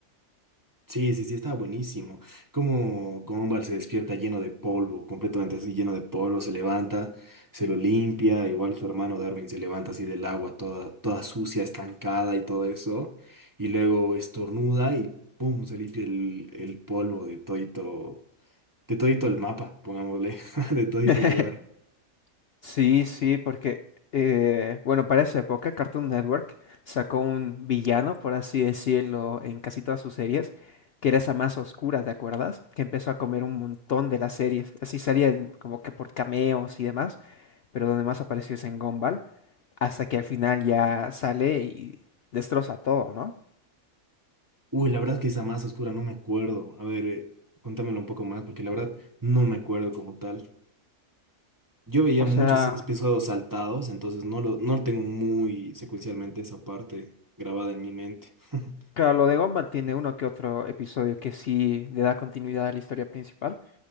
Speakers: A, on the right; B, on the left.
A: Sí, sí, sí, estaba buenísimo. Cómo Gumball se despierta lleno de polvo, completamente así, lleno de polvo, se levanta, se lo limpia, igual su hermano Darwin se levanta así del agua, toda, toda sucia, estancada y todo eso, y luego estornuda y ¡pum! se limpia el, el polvo de todito, de todito el mapa, pongámosle, <laughs> de todito
B: <laughs>
A: el lugar.
B: Sí, sí, porque, eh, bueno, para esa época Cartoon Network sacó un villano, por así decirlo, en casi todas sus series, que era esa más oscura, ¿te acuerdas? Que empezó a comer un montón de las series. Así salía en- como que por cameos y demás, pero donde más apareció es en Gumball, hasta que al final ya sale y destroza todo, ¿no?
A: Uy, la verdad que esa más oscura, no me acuerdo. A ver, eh, cuéntamelo un poco más, porque la verdad no me acuerdo como tal. Yo veía
B: O
A: muchos
B: sea,
A: episodios saltados, entonces no lo, no tengo muy secuencialmente esa parte grabada en mi mente. <laughs>
B: claro, lo de Gumball tiene uno que otro episodio que sí le da continuidad a la historia principal.